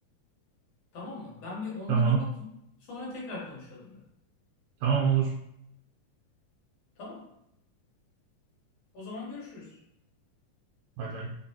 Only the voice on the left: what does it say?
Tamam mı? Ben bir onlara
bakayım. Sonra tekrar konuşalım be,
Tamam. O zaman görüşürüz.